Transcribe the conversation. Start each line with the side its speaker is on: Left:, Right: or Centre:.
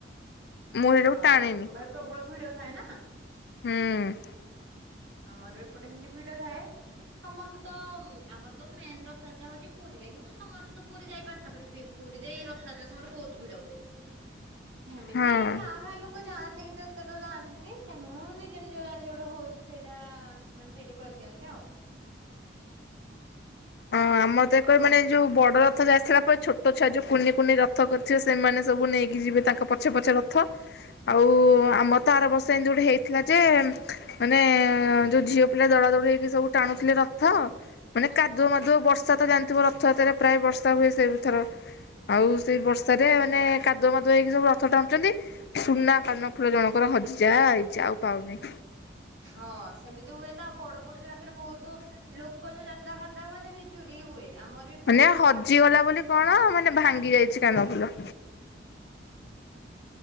Left: ମୁଁ ହେଟାକୁ
Right: ହଁ
Left: ଟାଣେନି।
Right: ରଥ ସମୟରେ ପ୍ରବଳ ଭିଡ ଥାଏ ନା
Left: ହୁଁ
Right: ଆମର ବି ଏପଟେ ସେମତି ଭିଡ ଥାଏ ସମସ୍ତେ ତ ଆମର ତ ମେନ ରଥଯାତ୍ରା ହଉଛି ପୁରୀରେ କିନ୍ତୁ ସମସ୍ତେ ତ ପୁରୀ ଯାଇପାରନେ ତାପରେ ପୁରୀରେ ଏଇ ରଥଯାତ୍ରା ସମୟରେ ବହୁତ ଭିଡ ହୁଏ। ଏମିତି
Left: ହଁ।
Right: କାଁ ଭା ଲୋକ ଯାଆନ୍ତି କିନ୍ତୁ ସେତେ ତ ଯାଆନ୍ତିନି ତେଣୁ ନିଜ ନିଜ ଗାଁରେ ଯୋଉଟା ହଉଛି ସେଇଟା ମାନେ ସେଇଠି କରିଦିଅନ୍ତି ଆଉ।
Left: ହଁ ଆମର ତ କ ମାନେ ଯୋଉ ବଡ ରଥ ଯାଇଥିଲା ପରେ ଛୋଟ ଛୁଆ ଯୋଉ କୁନି କୁନି ରଥ କରିଥିବେ ସେମାନେ ସବୁ ନେଇକି ଯିବେ ତାଙ୍କ ପଛେ ପଛେ ରଥ। ଆଉ
Right: ହୁଁ
Left: ଆମ ତ ଆର ବର୍ଷ ସେମିତି ଗୋଟେ ହେଇଥିଲା ଯେ ମାନେ ଯୋଉ ଝିଅ ପିଲା ଦଡା ଦଡି ହେଇକି ସବୁ ଟାଣୁଥିଲେ ରଥ। ମାନ
Right: ହୁଁ।
Left: କାୁଦୁଅ ମାଦୁଅ ବର୍ଷା ତା ତୁମ ରଥଯାତ୍ରାରେ ପ୍ରାୟ ବର୍ଷା ହୁଏ ସେ ଥର ଆଉ ସେଇ ବର୍ଷାରେ ମାନେ କାଦୁଅ ମାଦୁଅ ହେଇକି ସବୁ ରଥ ଟାଣୁଛନ୍ତି ସୁନା କାନଫୁଲ ଜଣଙ୍କର ହଜିଯାଇଛି ଆଉ ପାଉନି।
Right: ହଁ ସେମିତି ହୁଏ ତ ଆଉ ବଡ ବଡ ଜାଗାକାରେ ବହୁତ ତ ଲୋକଙ୍କ ଯୋଉ ଯାତ୍ରା ଫାତ୍ରା ହୁଏ ନା ଚୁରି ହୁଏ। ଆମର ବି ଏପଟେ
Left: ମାନେ
Right: ସେମିତି
Left: ହଜିଗଲା
Right: ହୁଏ।
Left: ବୋଲି କଣ ମାନେ ଭାଙ୍ଗି ଯାଇଛି। କାନ ଫୁଲ।
Right: ହୁଁ ହୁଁ।